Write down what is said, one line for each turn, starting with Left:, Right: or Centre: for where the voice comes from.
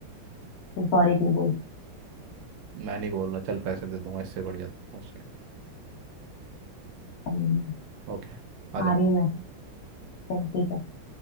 Left: तू सॉरी तू बोल
Right: मैं नहीं बोल रहा चल पैसे दे दूंगा इससे बढ़िया तो उसके
Left: अब नहीं।
Right: ओके आ
Left: आ
Right: जा
Left: रही हूँ मैं चल ठीक है